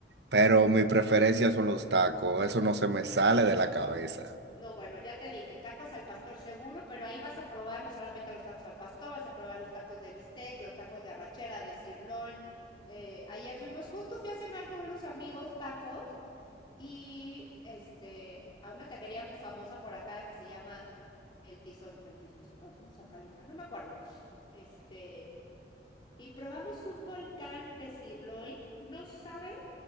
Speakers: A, on the right (about 75°); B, on the left (about 25°).
A: Pero mi preferencia son los tacos, eso no se me sale de la cabeza.
B: No, bueno, ya te dije, tacos al pastor seguro, pero ahí vas a probar no solamente los tacos al pastor, vas a probar los tacos de bistec, los tacos de arrachera, de cirlón. De... Ayer fuimos, justo fui a cenar con unos amigos tacos y este a una taquería muy famosa por acá que se llama El Tizón, El Tizoncito, fuimos al Califa, no me acuerdo. Este, y probamos un volcán de sirloin, no sabes